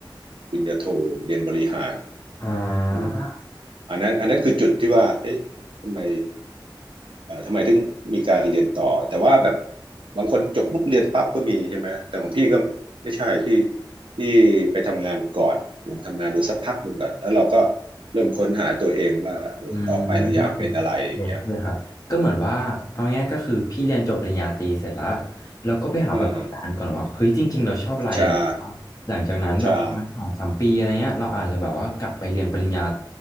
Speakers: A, on the right; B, on the left.
A: ปริญญาโทเรียนบริหาร
B: อ่
A: อืม
B: า
A: อันนั้นอันนั้นคือจุดที่ว่าเอ๊ะทำไม เอ่อทำไมถึงมีการเรียนต่อแต่ว่าแบบบางคนจบปุ๊บเรียนปั๊บก็มีใช่ไหมแต่ของพี่ก็ไม่ใช่พี่พี่ไปทำงานก่อนลองทำงานดูสักพักหนึ่งก่อนแล้วเราก็เริ่มค้นหาตัวเองว่าเออต่อไปเราอยากเป็นอะไรอย่างเงี้ย
B: อืมเด็กเลยครับก็เหมือนว่าเอาง่ายๆก็คือพี่เรียนจบปริญญาตรีเสร็จแล้วแล้วก็ไปหาประสบการณ์ก่อนว่าเฮ้ยจริงๆเราชอบอะไรแล้ว
A: อืมใช่
B: หลังจากนั้นแบบประมาณสองสามปีอะไรเงี้ยเราอาจจะแบบว่ากลับไปเรียนปริญญา
A: ใช่